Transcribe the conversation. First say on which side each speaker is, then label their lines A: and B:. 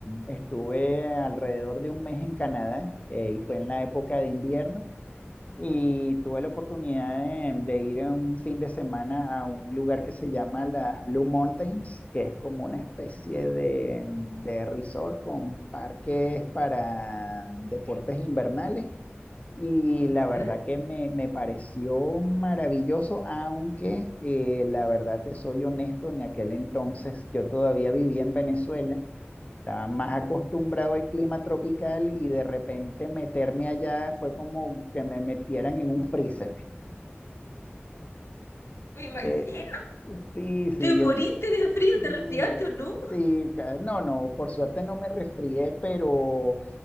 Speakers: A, on the left (about 30°); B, on the left (about 85°).
A: estuve alrededor de un mes en Canadá eh, y fue en la época de invierno. y tuve la oportunidad de, de ir en un fin de semana a un lugar que se llama las Blue Mountains, que es como una especie de, de resort con parques para deportes invernales. Y
B: ¿Ya?
A: la verdad que me, me pareció maravilloso, aunque eh, la verdad te soy honesto, en aquel entonces yo todavía vivía en Venezuela estaba más acostumbrado al clima tropical y de repente meterme allá fue como que me metieran en un freezer.
B: Me imagino.
A: Eh, sí, sí,
B: ¿Te moriste
A: en-
B: de frío?
A: mm,
B: ¿Te resfriaste o no?
A: sí, ca- no, no, por suerte no me resfrié, pero,